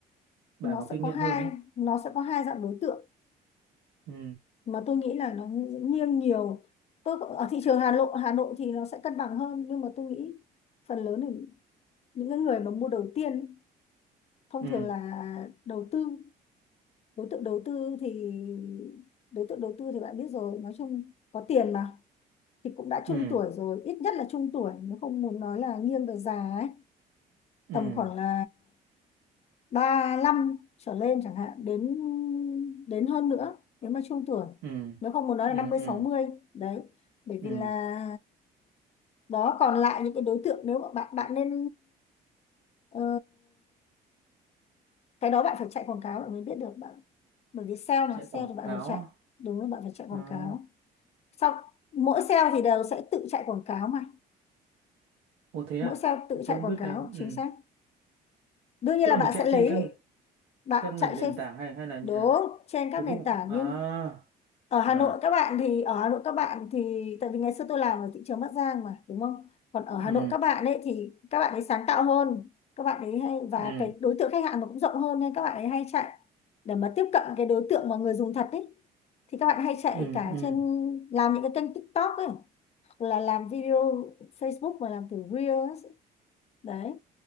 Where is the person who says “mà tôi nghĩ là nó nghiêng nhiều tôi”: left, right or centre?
Left